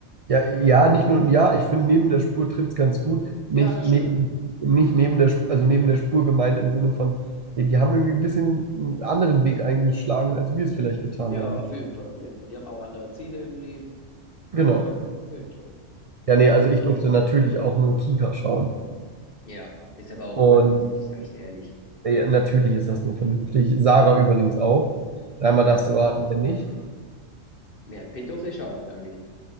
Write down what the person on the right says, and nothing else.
Ja, ja, nicht nur, ja, ich finde, neben der Spur trifft es ganz gut. Nicht
neben,
nicht neben der, Sp- also neben der Spur gemeint im Sinne von, ja, die haben irgendwie ein bisschen einen anderen Weg eingeschlagen, als wir es vielleicht getan
haben.
Genau.
Ja, nee,
also ich durfte natürlich auch nur Kika schauen.
Und
äh, ja, natürlich ist das nur vernünftig. Sarah übrigens auch. Dreimal
darfst du raten, wer nicht.